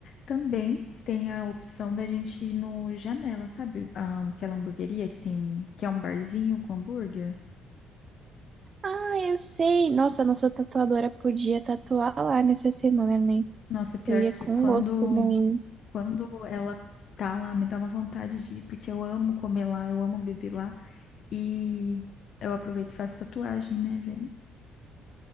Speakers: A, on the left (about 55°); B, on the right (about 40°).
A: Também tem a opção da gente ir no Janela, sabe? Ah, aquela hamburgueria que tem um, que é um barzinho com hambúrguer.
B: Ah, eu sei. Nossa, a nossa tatuadora podia tatuar lá nessa semana, né?
A: Nossa, pior
B: Eu ia
A: que
B: com
A: quando,
B: gosto também.
A: quando ela tá lá, me dá uma vontade de ir, porque eu amo comer lá, eu amo beber lá. E eu aproveito e faço tatuagem, né, velho?